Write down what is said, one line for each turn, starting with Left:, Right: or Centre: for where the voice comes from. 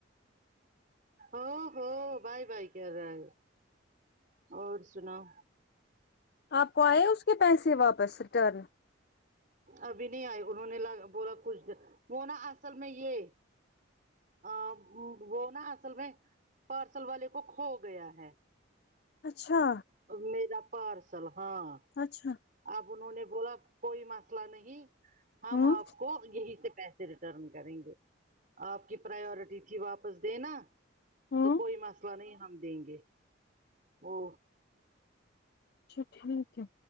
Right: او ہو بائی بائی کہہ رہا ہے اور سناؤ
Left: آپ کو آئے اس کے پیسے واپس ریٹرن
Right: ابھی نہیں آئے انہوں نے بولا کچھ وہ نا اصل میں یہ ا وہ نا اصل میں پارسل والے کو کھو گیا ہے
Left: اچھا
Right: میرا پارسل ہاں
Left: اچھا
Right: اب انہوں نے بولا کوئی مسئلہ نہیں ہم
Left: ہوں
Right: آپ کو یہی سے پ ریٹرن کریں گے آپ کی پراورٹی تھی واپس دینا
Left: ہوں
Right: تو کوئی مسئلہ نہیں ہم دیں گے او
Left: اچھا ٹھیک ہے